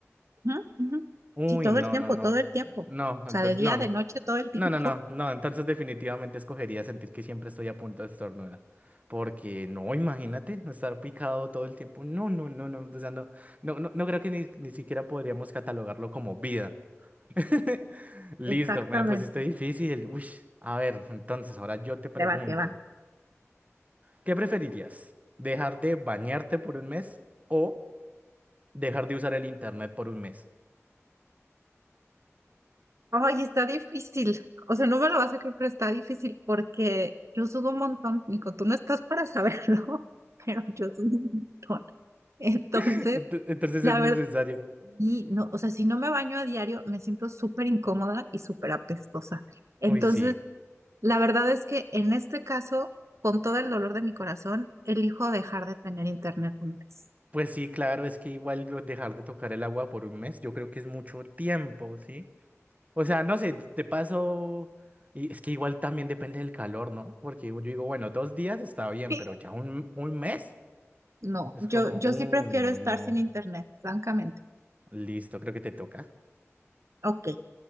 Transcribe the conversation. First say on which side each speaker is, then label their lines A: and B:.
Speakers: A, on the right (about 70°); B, on the right (about 30°).
A: Ujú, ujú.
B: Uy,
A: Sí, todo
B: no,
A: el tiempo,
B: no, no,
A: todo el tiempo. O
B: no,
A: sea,
B: entonces
A: de día,
B: no,
A: de noche, todo el tiempo.
B: No, no,
A: <laughs>
B: no, no, entonces definitivamente escogería sentir que siempre estoy a punto de estornudar. Porque no, imagínate, no estar picado todo el tiempo. No, no, no, no, o sea, no, no, no, no creo que ni, ni siquiera podríamos catalogarlo como vida. <laughs> Listo,
A: Exactamente.
B: me la pusiste difícil. Uy, a ver, entonces ahora yo te pregunto,
A: Te va, te va.
B: ¿qué preferirías? ¿Dejar de bañarte por un mes o dejar de usar el internet por un mes?
A: Ay, está difícil. O sea, no me lo vas a creer, pero está difícil porque yo sudo un montón. Nico, tú no estás para saberlo, <laughs> pero yo sudo un montón. Entonces,
B: <laughs> Ento- Entonces
A: la
B: es necesario.
A: verdad. Y no, o sea, si no me baño a diario, me siento súper incómoda y súper apestosa. Entonces,
B: Uy, sí.
A: la verdad es que en este caso, con todo el dolor de mi corazón, elijo dejar de tener internet un mes.
B: Pues sí, claro, es que igual lo- dejar de tocar el agua por un mes, yo creo que es mucho tiempo, ¿sí? O sea, no sé, te te paso, y es que igual también depende del calor, ¿no? Porque yo digo, bueno, dos días está bien,
A: <laughs>
B: pero ya un, un mes
A: No,
B: es
A: yo,
B: como,
A: yo
B: uy,
A: sí prefiero
B: no,
A: estar sin internet, francamente.
B: listo, creo que te toca.
A: Ok.